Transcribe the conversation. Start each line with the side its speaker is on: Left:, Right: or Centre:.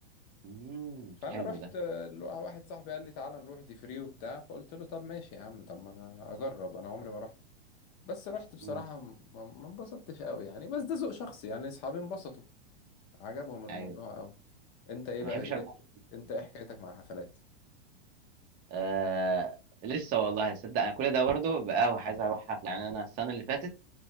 Right: امم
Left: فانا
Right: حلو
Left: رحت
Right: ده
Left: آه، ل- واحد صاحبي قال لي تعالى نروح دي فري وبتاع فقلت له طب ماشي يا عم طب ما انا اجرب انا عمري ما رحت بس رحت بصراحه
Right: امم
Left: ما ما انبسطتش قوي يعني بس ده ذوق شخصي يعني اصحابي انبسطوا عجبهم الموضوع
Right: ايوه
Left: قوي انت ايه
Right: ما
Left: بقى
Right: بحبش المفرط
Left: إيه- انت ايه
Right: برضه
Left: حكايتك مع الحفلات
Right: آه لسه والله صدق انا كل ده برضه بقى وعايز اروح حفله يعني انا السنه اللي فاتت